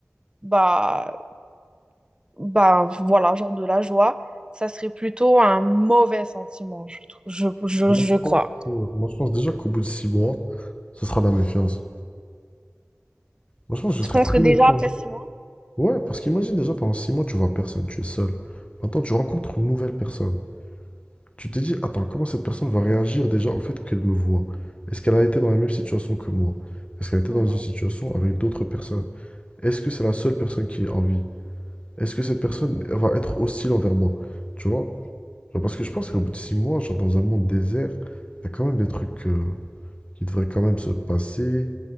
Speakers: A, on the right; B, on the left.
A: bah, bah, voilà, genre de la joie, ça serait plutôt un mauvais sentiment, je, trou- je, je,
B: Moi,
A: je
B: je
A: crois.
B: pense, que- moi, je pense déjà qu'au bout de six mois, ce sera la méfiance. Moi, je pense que
A: Tu
B: je serais
A: penses
B: très
A: que déjà
B: méfiant.
A: après six mois?
B: Ouais, parce qu'imagine déjà, pendant six mois, tu vois personne, tu es seul. Maintenant, tu rencontres une nouvelle personne. Tu t'es dit, attends, comment cette personne va réagir déjà au fait qu'elle me voit? Est-ce qu'elle a été dans la même situation que moi? Est-ce qu'elle a été
A: Mhm.
B: dans une situation avec d'autres personnes? Est-ce que c'est la seule personne qui est en vie? Est-ce que cette personne elle va être hostile envers moi? Tu vois? Genre, parce que je pense qu'au bout de six mois, genre dans un monde désert, il y a quand même des trucs euh, qui devraient quand même se passer.